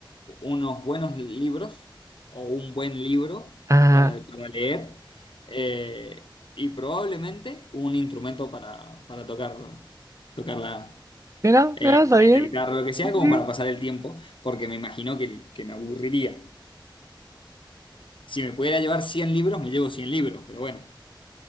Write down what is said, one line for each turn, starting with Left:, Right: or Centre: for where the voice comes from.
Left: unos buenos libros o un buen libro
Right: ajá.
Left: para, para leer eh, y probablemente un instrumento para, para tocar, tocar la,
Right: Mira,
Left: eh,
Right: mira, está bien.
Left: la guitarra, lo que sea,
Right: Sí, sí.
Left: como para pasar el tiempo, porque me imagino que, que me aburriría. Si me pudiera llevar 100 libros, me llevo 100 libros, pero bueno.